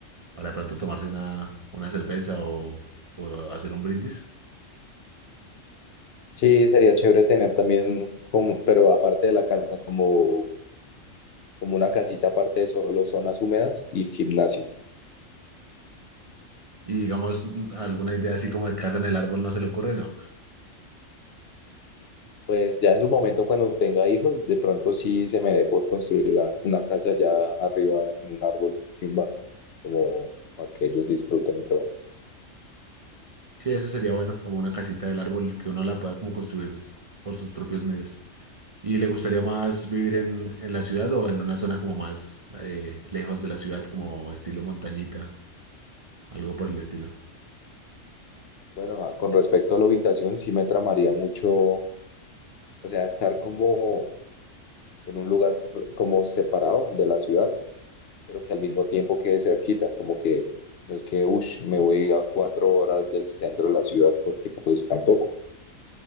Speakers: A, on the right (about 45°); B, on the left (about 60°).
A: para de pronto tomarse una, una cerveza o, o hacer un brindis.
B: Sí, sería chévere tener también, como, pero aparte de la casa, como, como una casita aparte de solo zonas húmedas y gimnasio.
A: Y digamos, n- alguna idea así como de casa en el árbol no se le ocurre, no.
B: Pues ya en su momento, cuando tenga hijos, de pronto sí se me dé por construir la- una casa ya arriba en un árbol chimba, como para que ellos disfruten y todo.
A: Sí, eso sería bueno, como una casita del árbol que uno la pueda como construir por sus propios medios. ¿Y le gustaría más vivir en, en la ciudad o en una zona como más eh, lejos de la ciudad, como estilo montañita, algo por el estilo?
B: Bueno, ah, con respecto a la ubicación, sí me tramaría mucho, o sea, estar como en un lugar como separado de la ciudad pero que al mismo tiempo quede cerquita, como que no es que, uff, me voy a cuatro horas del centro de la ciudad, porque pues tampoco,